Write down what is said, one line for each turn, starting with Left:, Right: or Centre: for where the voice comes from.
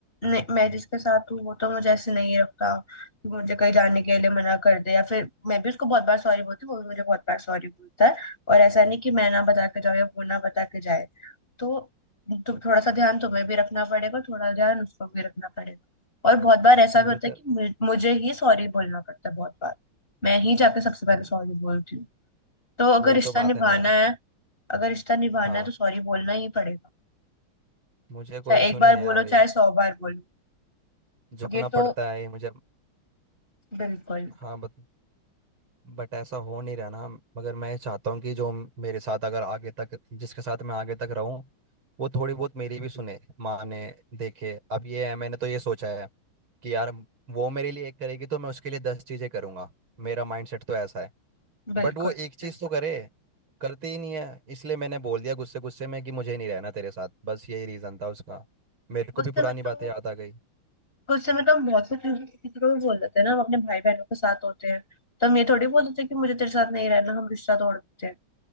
Left: नहीं, मैं जिसके साथ हूँ वो तो मुझे ऐसे नहीं रखता कि मुझे कहीं जाने के लिए मना कर दे या फिर मैं भी उसको बहुत बार सॉरी बोलती हूँ वो भी मुझे बहुत बार सॉरी बोलता है और ऐसा नहीं कि मैं ना बता के जाऊँ या वो ना बता के जाए तो तो
Right: तो
Left: थोड़ा सा ध्यान तुम्हें भी रखना पड़ेगा थोड़ा ध्यान उसको भी रखना पड़ेगा और बहुत बार ऐसा भी
Right: म्यूचुअल
Left: होता है कि मु- मुझे ही सॉरी बोलना पड़ता है बहुत बार मैं ही जाके सबसे पहले
Right: तो ये-
Left: सॉरी बोलती हूँ तो अगर
Right: वही
Left: रिश्ता
Right: तो बात
Left: निभाना
Right: है ना यार
Left: है अगर रिश्ता निभाना
Right: हाँ
Left: है तो सॉरी बोलना ही पड़ेगा
Right: मुझे
Left: चाहे
Right: कोई इशू
Left: एक
Right: नहीं
Left: बार
Right: है यार
Left: बोलो
Right: ये
Left: चाहे सौ बार बोलो
Right: झुकना
Left: ये तो
Right: पड़ता है ये मुझे
Left: बिल्कुल
Right: हाँ बत बट ऐसा हो नहीं रहा ना मगर मैं चाहता हूँ कि जो मेरे साथ अगर आगे तक जिसके साथ मैं आगे तक रहूँ वो थोड़ी बहुत मेरी भी सुने माने देखे अब ये है मैंने तो ये सोचा है कि यार वो मेरे लिए एक करेगी तो मैं उसके लिए दस चीज़ें करूँगा मेरा माइंडसेट तो ऐसा है
Left: बिल्कुल
Right: बट वो एक चीज़
Left: बिल्कुल
Right: तो करे करती ही नहीं है इसलिए मैंने बोल दिया गुस्से गुस्से में कि मुझे नहीं रहना तेरे साथ बस यही रीज़न था उसका मेरे को
Left: गुस्से
Right: भी पुरानी
Left: में
Right: बातें
Left: तो
Right: याद आ गई
Left: गुस्से में तो हम बहुत कुछ किसी को भी बोल देते हैं ना हम अपने भाई बहनों के साथ होते हैं तो हम ये थोड़ी बोल देते हैं कि मुझे तेरे साथ नहीं रहना हम रिश्ता तोड़ देते हैं